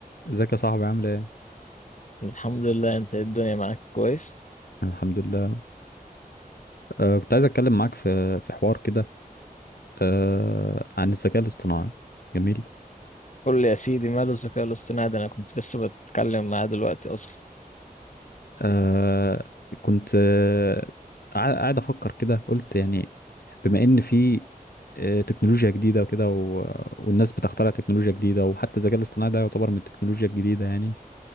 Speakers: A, on the left (about 80°); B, on the left (about 50°).
A: ازيك يا صاحبي عامل ايه؟
B: الحمد لله انت ايه الدنيا معاك كويس
A: أنا الحمد لله أه كنت عايز اتكلم معاك في في حوار كده أه عن الذكاء الاصطناعي جميل
B: قول لي يا سيدي ماله الذكاء الاصطناعي ده انا كنت لسه بتكلم معاه دلوقتي اصلا
A: أه كنت أه قاعد قاعد افكر كده قلت يعني بما ان في أه تكنولوجيا جديده وكده و- والناس بتخترع تكنولوجيا جديده وحتى الذكاء الاصطناعي ده يعتبر من التكنولوجيا الجديده يعني